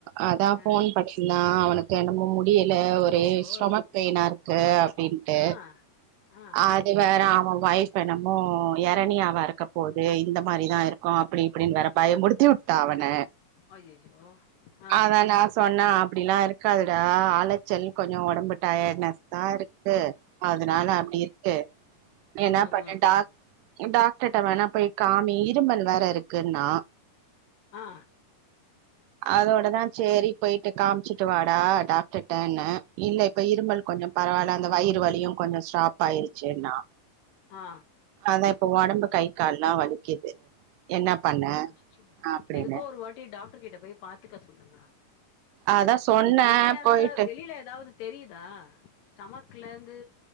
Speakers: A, on the right; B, on the left.
A: அதா ஃபோன்
B: ஆ
A: பண்ணா அவன என்னமோ முடியில
B: அச்சச்சோ
A: ஒரே ஸ்டொமக் பெயினா இருக்கு க அப்டின்ட்டு
B: ஆ ஆ
A: அது வேற வைஃப் என்னமோ எரணியாவா இருக்க போது இந்த மாரிதா இருக்கு அப்டி இப்டின் வேற பயமுறுத்தி உட் டா அவன
B: அய்யய்யோ ஆ
A: அதா நா சொன்ன அப்படிலா இரு க்காது டா அலச்சல் கொஞ்ச ஒடம்பு டயர்ட்னஸ்தா இருக்கு அதனால
B: ஆ
A: அப்டி இருக்கு நீ என்ன
B: ஆ
A: பண்ணு
B: ஆ
A: டா டாக்டர்ட வேணா போய் காமி இருமல் க்குன்னா
B: ஆ
A: அதோடதா சேரி போயிட்டு காமிச்சுட்டு வாடா டாக்டர்ட்டன்ன இல்ல இப்ப இருமல் கொஞ்ச பரவால
B: சரி
A: அந்த வயிறு
B: சரி
A: வலியு கொஞ்ச ஸ்டாப் ஆயிருச்சுன்னா
B: ஆ
A: அதா இப்ப ஒடம்பு கை கால்லா வலிக்குது என்ன பண்ண
B: அச்சச்சோ
A: அப்டின்னு
B: எதுக்கோ ஒரு வாட்டி டாக்டர் கிட்ட போய் பாத்துக்க சொல்லுங்க
A: அதா சொன்ன
B: இருணியா இருந்தா
A: போயிட்டு
B: வெளியில ஏதாவது தெரியுதா ஸ்டமக்ல இருந்து